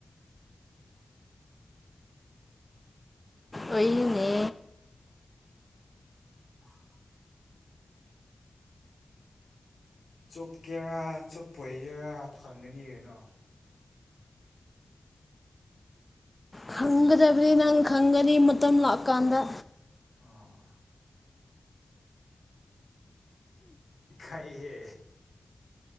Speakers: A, on the left (about 15°); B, on the left (about 85°).
A: ꯑꯣꯏꯏꯅꯦ
B: ꯆꯣꯞꯀꯦꯔꯥ ꯆꯣꯞꯄ ꯑꯣꯏꯒꯦꯔꯥ ꯐꯪꯒꯅꯤ ꯀꯩꯅꯣ
A: ꯈꯪꯒꯗꯕꯅꯤ ꯅꯪ ꯈꯪꯒꯅꯤ ꯃꯇꯝ ꯂꯥꯛꯀꯥꯟꯗ
B: ꯀꯍ ꯀꯥꯏꯍꯦ